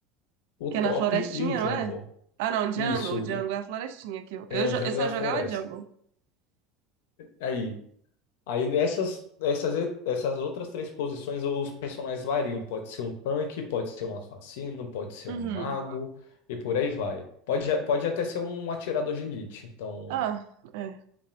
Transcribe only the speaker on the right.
Que
é na florestinha,
não é? Ah, não, jungle.
Jungle é a florestinha que eu. Eu,
jo-
eu só
jogava
jungle.
Uhum.
Ah, é.